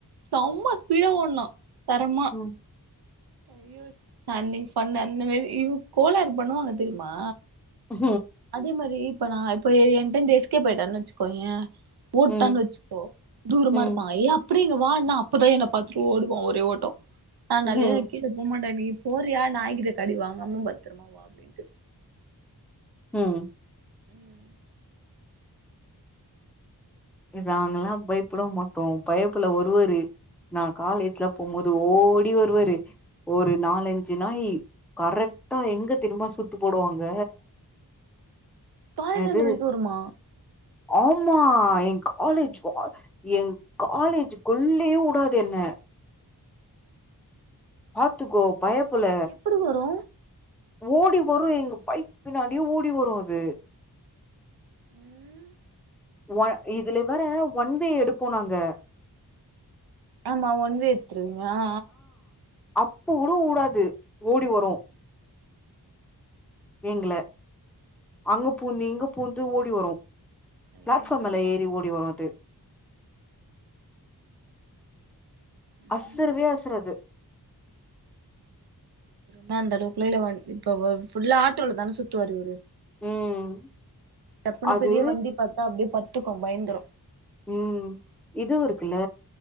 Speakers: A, on the right; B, in the centre.
A: செம்ம ஸ்பீடா ஓட்னா தரமா
B: ம்
A: ஐயோஸ் நா அன்னைக்கு சொன்ன அந்த மேரி இன் கோளாறு பண்ணுவாங்க தெரியுமா
B: ம்
A: அதே மாரி இப்ப நா இப்ப என்ட்டேருந்து எஸ்கேப் ஆயிட்டாருன்னா வச்சுக்கோயே ஓட்டான்னு
B: ம்
A: வச்சுக்கோ தூரமா
B: ம்
A: இருப்பா ஏப் அப்டிங்குவா ஆனா அப்பதா என்ன பாத்துட்டு ஓடுவான் ஒரே ஓட்டோ நா அனாலேயே
B: ம்
A: நா கீழ போமாட்ட நீ போறியா நாய்கிட்ட கடி வாங்காம பத்ரமா வா அப்டின்ட்டு
B: ம்
A: ம்
B: நாங்கல்லா பயப்புட மாட்டோ பயப்புல வருவாரு நா காலேஜ்லா போம்போது ஓடி வருவாரு ஒரு நாலஞ்சு நாயி கரெக்டா எங்க தெரிமா சுத்து போடுவாங்க
A: காலேஜ்
B: என்னது
A: எண்டு வரைக்கும் வருமா
B: ஆமா ஏ‌ காலேஜ் வா ஏ காலேஜுக்குள்ளயே உடாது என்ன பாத்துக்கோ பயப்புள்ள
A: எப்டி வரு
B: ஓடி வரும் எங்க பைக் பின்னாடியே ஓடி வரும் அது
A: ம்
B: ஒ இதுல வேற ஒன்வே எடுப்போ நாங்க
A: ஆமா ஒன்வே எத்துருவீங்க ஆ
B: அப்ப கூட உடாது ஓடி வரும் எங்கள அங்க பூந்து இங்க பூந்து ஓடி வரும்
A: ஐயோ
B: பிளாட் ஃபார்ம் எல்லா ஏறி ஓடி வரும் அது
A: ம்ஹூம்
B: அசரவே அசராது
A: நா அந்தளவுக்குள்ள இல்லே இப்ப ஃபுல்லா ஆட்டோல தான சுத்துவாரு இவரு
B: ம்
A: டப்புன்னு
B: அது
A: பெரிய வண்டி பாத்தா அப்டியே பட்த்துக்கு பயந்துரு
B: ம் இதுவு இருக்குல்ல